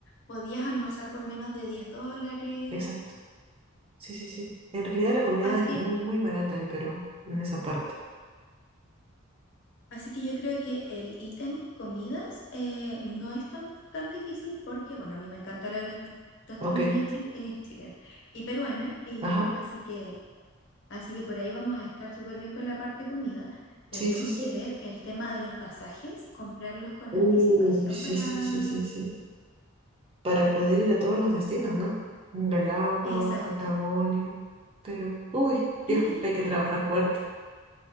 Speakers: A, on the left (about 55°); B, on the right (about 25°).
A: podías almorzar por menos de diez dólares
B: Exacto. Sí, sí, sí. En realidad la comida
A: Así
B: es
A: que,
B: muy, muy barata en Perú, en esa parte.
A: así que yo creo que el ítem comidas eh, no es tan, tan difícil porque, bueno, a mí me encanta la gras- gastronomía
B: Ok.
A: chil- eh, chilena y peruana, y
B: Ajá.
A: así que, así que por ahí vamos a estar súper bien con la parte comida. Tenemos
B: Sí, sí, sí.
A: que ver el tema de los pasajes, comprarlos con
B: Uh,
A: anticipación
B: sí,
A: para...
B: sí, sí, sí, sí. para poder ir a todos los destinos, ¿no? Galápagos,
A: Exacto.
B: Patagonia, Perú. Uy, Dios,
A: Y
B: hay que trabajar fuerte,